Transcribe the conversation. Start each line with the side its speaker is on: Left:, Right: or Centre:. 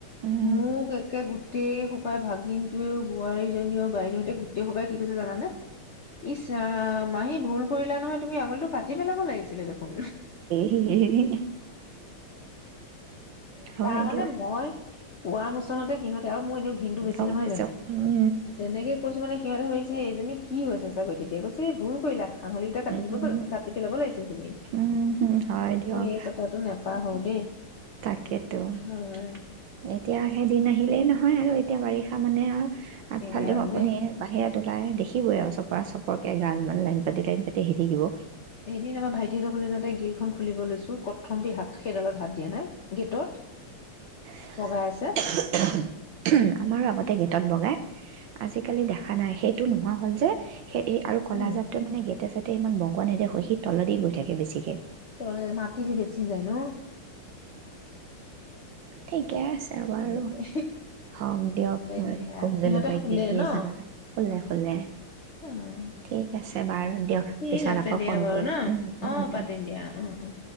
Right: উম,
Left: মোক একে গোটেই সোপ পাই ভাগিনটোৱেও বোৱাৰীজনীয়েও, বাইদেউহঁতেও, গোটেইসোপায়ে কি কৈছে জানানে? ইচ ৰাম মাহী ভূল কৰিলা নহয়, তুমি আঙুলিটো কাটি কাটি পেলাব লাগিছিল। দিলে দেখোন,
Right: হেৰি হয়
Left: তাৰ মানে,
Right: দিয়ক
Left: মই কোৱা মোচনতে সিহঁতে আৰু মোৰ এনেও ঘিণতো বেছি
Right: গম
Left: নহয়
Right: পাইছো
Left: জানোঁ।
Right: উম,
Left: যেনেকৈ কৈছোঁ মানে সিহঁতে ভাবিছে কি, এইজনীক কি হৈছে চাগৈ, তেতিয়া কৈছে- এই ভুল কৰিলা। আঙুলি কিটা কাটি
Right: উম, উম,
Left: দিব কাটি পেলাব লাগিছিল তুমি,
Right: উম, উম হয় দিয়ক
Left: মই এই কথাটো নেপাহৰোঁ দেই।
Right: তাকেতো,
Left: হয়
Right: এতিয়া সেইদিন নাহিলে নহয় আৰু এতিয়া বাৰিষা মাহ নে,
Left: একেবাৰে
Right: আগফালেও
Left: আৰু
Right: আপুনি
Left: দেই
Right: বাহিৰত ওলাই দেখিবই আৰু চপৰা-চপৰকে এগালমান লাইন পাতি, লাইন পাতি আহি থাকিব।
Left: এদিন আমাৰ ভাইটিহঁতৰ ঘৰলৈ যাওঁতে, গে খন খুলিব লৈছোঁ কথমপি হাত-সেইডালত হাত দিয়া নাই, গেটত
Right: <unintelligible>
Left: বগাই আছে
Right: আমাৰো আগতে গেটত বগাই। আজিকালি দেখা নাই। সেইটো নোহোৱা হ'ল যে। সেই-এই আৰু ক'লা
Left: উম
Right: জাতটো মানে গেটে, চেট টে, ইমান বগুৱা নেদেখোঁ, সি তলেদি গৈ থাকে বেছিকে।
Left: তল, মাটি দি বেছি যায় ন?
Right: ঠিকেই তাৰপা
Left: হয়
Right: আৰু
Left: দে
Right: হওঁক দিয়ক হয়,
Left: দিয়া
Right: কোমজেলেকুৱাই
Left: ইহঁতে শুলে
Right: কি, কি
Left: ন
Right: জাল্লা, শুলে, শুলে।
Left: <unintelligible>
Right: ঠিক আছে, বাৰু
Left: ঠিক
Right: পিছত
Left: আছে,
Right: আকৌ
Left: দিয়া
Right: ফোন
Left: বাৰু
Right: কৰিম
Left: ন।
Right: উম উম
Left: অ', পাতিম
Right: উম।
Left: দিয়া, অ', উম।